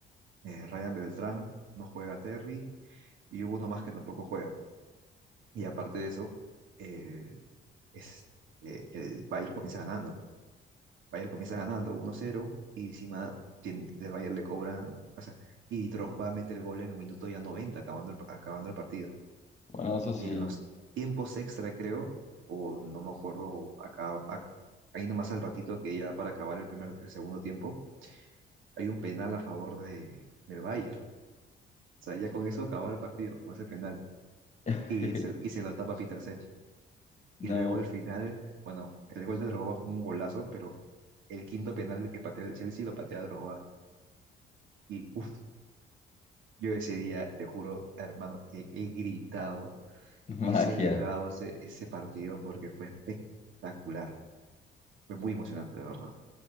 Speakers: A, on the right; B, on the left.
A: eh, Ryan Beltrán, no juega Terry y hubo uno más que tampoco juega. Y aparte de eso, eh, es, eh, el Bayern comienza ganando. Bayern comienza ganando 1-0 y encima tiene, el Bayern le cobran, o sea, y Drogba mete el gol en el minuto ya 90, acabando el, acabando el partido.
B: Bueno, eso sí.
A: Y en los tiempos extra, creo, o no me acuerdo, acá, acá- ahí nomás al ratito que ya para acabar el primer, el segundo tiempo, hay un penal a favor de, del Bayern. O sea, ya con eso acababa el partido, con ese penal.
B: <laughs>
A: Y se, y se lo tapa Peter Sech.
B: No,
A: Y luego al final, bueno, el gol de Drogba fue un golazo, pero el quinto penal que patea el Chelsea lo patea Drogba. Y uff, yo ese día, te juro, hermano, he, he gritado, he
B: magia.
A: celebrado ese, ese partido porque fue espectacular. Fue muy emocionante, de verdad.